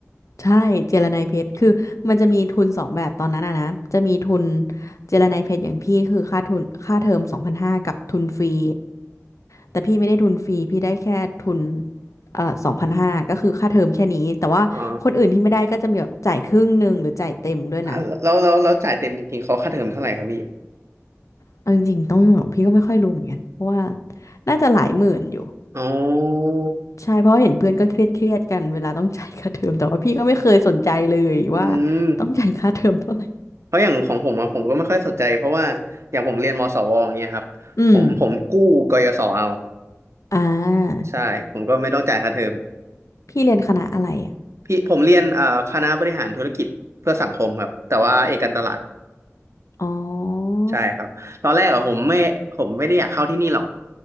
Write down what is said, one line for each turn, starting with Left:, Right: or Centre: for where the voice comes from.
Left: ใช่เจรไนยเพชรคือมันจะมีทุนสองแบบตอนนั้นอะนะจะมีทุนเจรไนยเพชรอย่างพี่คือค่าทุนค่าเทอมสองพันห้ากับทุนฟรีแต่พี่ไม่ได้ทุนฟรีพี่ได้แค่ทุนเอ่อสองพันห้าก็คือค่าเทอมแค่นี้แต่ว่าคนอื่นที่ไม่ได้ก็จะมีแบบจ่ายครึ่งหนึ่งหรือจ่ายเต็มด้วยนะ
Right: อ๋ออ่าแล้วแล้วแล้วจ่ายเต็มจริงๆเขาค่าเทอมเท่าไหร่ครับพี่
Left: เอาจริงๆต้องบอกพี่ก็ไม่ค่อยรู้เหมือนกันเพราะว่าน่าจะหลายหมื่นอยู่
Right: อ๋อ
Left: ใช่เพราะเห็นเพื่อนก็เครียดเครียดกันเวลาต้องจ่ายค่าเทอมแต่ว่าพี่ก็ไม่เคยสนใจเลยว่า
Right: อืม
Left: ต้องจ่ายค่าเทอมเท่าไหร่
Right: เพราะอย่างของผมอะผมก็ไม่ค่อยสนใจเพราะว่าอย่างผมเรียนมสวอย่างเงี้ยครับผมผมกู้กยศเอา
Left: อืมอ่า
Right: ใช่ผมก็ไม่ต้องจ่ายค่าเทอม
Left: พี่เรียนคณะอะไรอ่ะ
Right: พี่ผมเรียนเอ่อคณะบริหารธุรกิจเพื่อสังคมครับแต่ว่าเอกการตลาด
Left: อ๋อ
Right: ใช่ครับตอนแรกอะผมไม่ผมไม่ได้อยากเข้าที่นี่หรอก